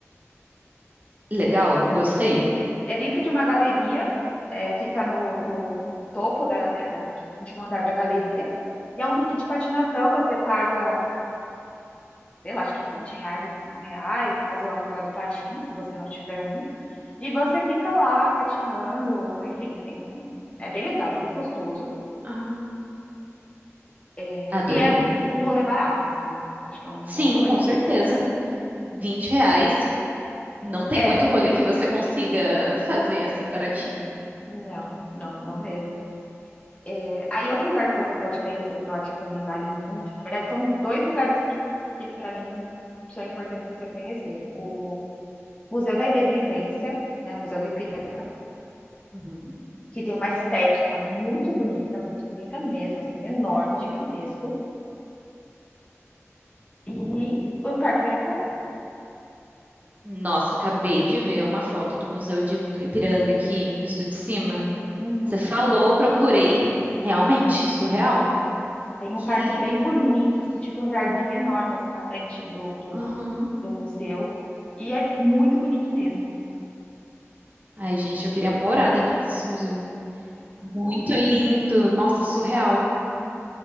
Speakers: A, on the right; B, on the left.
A: Legal,
B: É,
A: gostei,
B: é, é dentro de uma galeria, é, fica no, no topo da, né, da, de um andar da galeria. E é um rink de patinação, você paga sei lá, acho que 20 reais, 25 reais, mais o aluguel do patins, se você não tiver um. E você fica lá patinando, enfim, tem um. É bem legal, é bem gostoso.
A: Ah,
B: É,
A: adorei.
B: E é um rolê barato, assim. Acho que é um
A: sim,
B: bom rolê.
A: com certeza.
B: Sim.
A: 20 reais, não tem
B: É,
A: muito rolê que você consiga fazer assim baratinho.
B: não, não, não mesmo. É, aí outro lugar que você pode conhecer, que eu acho que também vale muito, na verdade, são dois lugares que, que para mim são importantes você conhecer. O Museu da Independência, né? Museu do Ipiranga
A: Uhum.
B: que tem uma estética muito bonita, muito bonita mesmo, assim, enorme, gigantesco. E o Parque Ibirapuera.
A: Nossa, acabei de ver uma foto do Museu de- do Ipiranga aqui, visto de cima.
B: Uhum.
A: Você falou, procurei. Realmente, surreal.
B: Tem
A: Que
B: um parque
A: lindo.
B: bem bonito, assim, tipo um jardim enorme, assim, na frente do, do,
A: Aham.
B: do museu. E é muito bonito mesmo.
A: Ai, gente, eu queria morar dentro desse museu. Muito lindo. Nossa, surreal.